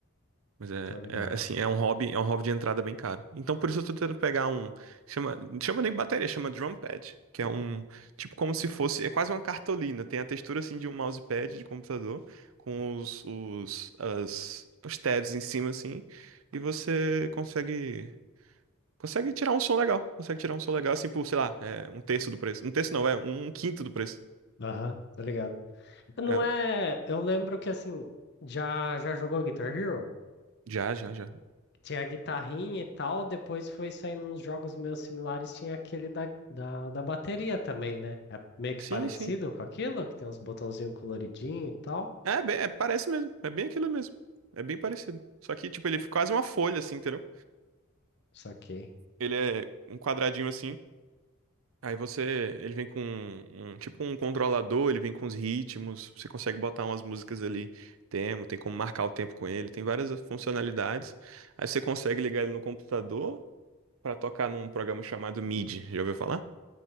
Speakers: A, on the right; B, on the left.
A: Mas é,
B: Tô ligado.
A: é, assim, é um hobby, é um hobby de entrada bem caro. Então por isso eu tô tentando pegar um chama não chama nem bateria, chama drum pad, que é um tipo como se fosse, é quase uma cartolina, tem a textura assim de um mousepad de computador com os os as, os tabs em cima assim, e você consegue Consegue tirar um som legal. Consegue tirar um som legal, assim, por, sei lá, é, um terço do preço. Um terço não, é um quinto do preço.
B: Aham, tô ligado. Não
A: É,
B: é. Eu lembro que assim, já, já jogou Guitar Hero?
A: já, já, já.
B: Tinha a guitarrinha e tal, depois foi saindo uns jogos meio similares, tinha aquele da, da, da bateria também, né? É meio que
A: Sim,
B: parecido
A: sim.
B: com aquilo, que tem uns botãozinhos coloridinhos e tal.
A: É, bem, é, parece mesmo. É bem aquilo mesmo. É bem parecido. Só que, tipo, ele é quase uma folha, assim, entendeu?
B: Saquei.
A: Ele é um quadradinho assim. Aí você. Ele vem com um, um- tipo um controlador, ele vem com os ritmos. Você consegue botar umas músicas ali. Tem, tem como marcar o tempo com ele. Tem várias funcionalidades. Aí você consegue ligar ele no computador pra tocar num programa chamado MIDI. Já ouviu falar?